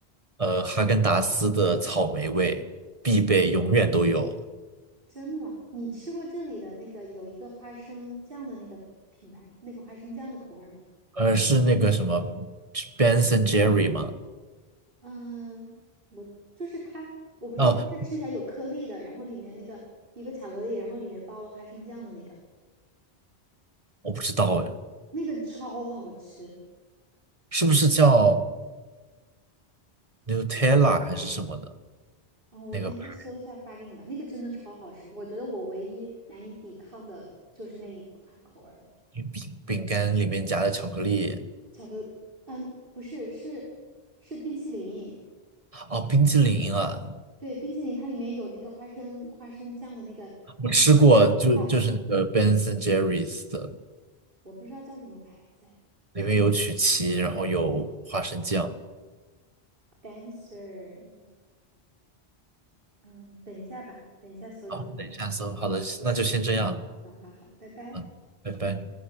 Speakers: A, on the right; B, on the right.
A: 呃，哈根达斯的草莓味必备，永远都有。
B: 真的吗？你吃过这里的那个有一个花生酱的那个品牌，那个花生酱的口味儿吗？
A: 呃，是那个什么是 Ben and Jerry 吗？
B: 嗯，我就是它，我不知道，
A: 啊，
B: 就是吃起来有颗粒的，然后里面那个一个巧克力，然后里面包了花生酱的那个，
A: 我不知道哎，
B: 那个超好吃。
A: 是不是叫 Nutella 还是什么的
B: 嗯，我等一下搜一下发给你吧，
A: 那个 <laughs> 牌
B: 那个真的超好吃。我觉得我唯一难以抵抗的就是那一款口味儿了，
A: 饼饼干里面夹的巧克力？
B: 巧克力嗯，不是，是是冰淇淋。
A: 哦，冰激凌啊，
B: 对，冰淇淋它里面有那个花生花生酱的那个
A: 我吃过，就就是那个
B: 大
A: Ben a n Jerry's 的，
B: 我不知道叫什么牌子哎。
A: 里面有曲奇，然后有花生酱。
B: Dancer，嗯，等一下吧，等一下搜搜看。
A: 好，等一下搜，好的，那就先这样，
B: 好好好，拜拜。
A: 嗯，拜拜。